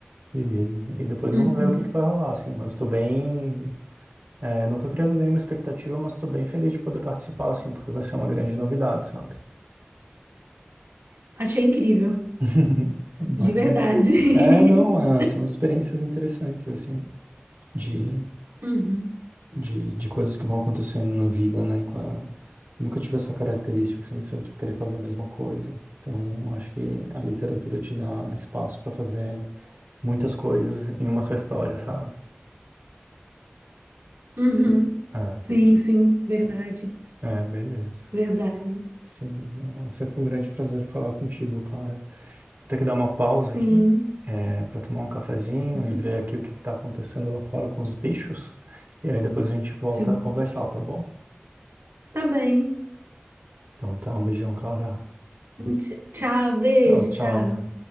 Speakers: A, on the right (about 55°); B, on the right (about 75°).
A: e, e depois
B: uhum.
A: vamos ver o que que vai rolar, assim, mas estou bem, é, não estou criando nenhuma expectativa, mas estou bem feliz de poder participar, assim, porque vai ser uma grande novidade, sabe?
B: Achei incrível,
A: <laughs> Bacana.
B: de verdade.
A: É, não,
B: <laughs>
A: é, são experiências interessantes, assim, de
B: Uhum,
A: de, de coisas que vão acontecendo na vida, né? com a- Nunca tive essa característica, assim, de sempre querer fazer a mesma coisa. Então, acho que a literatura te dá espaço para fazer muitas coisas em uma só história, sabe?
B: uhum.
A: Ah,
B: Sim, sim, verdade,
A: é, beleza.
B: verdade.
A: Sim, não, é sempre um grande prazer falar contigo, Clara. Vou ter que dar uma pausa
B: Sim,
A: aqui, é, para tomar um cafezinho
B: uhum,
A: e ver aqui o que está acontecendo lá fora com os bichos. E aí depois a gente volta
B: sim.
A: a conversar, tá bom?
B: Tá bem.
A: Então tá, um beijão, Clara.
B: Tch- Tchau, beijo,
A: Tchau, tchau.
B: tchau.